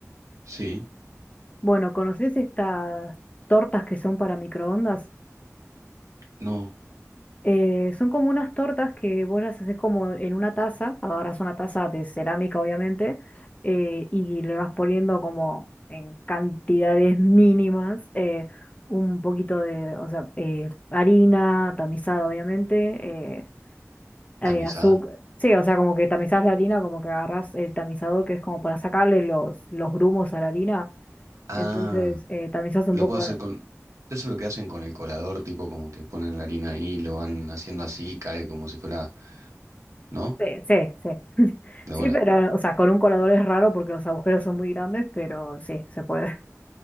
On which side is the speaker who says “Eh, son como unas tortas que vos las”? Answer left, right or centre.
Left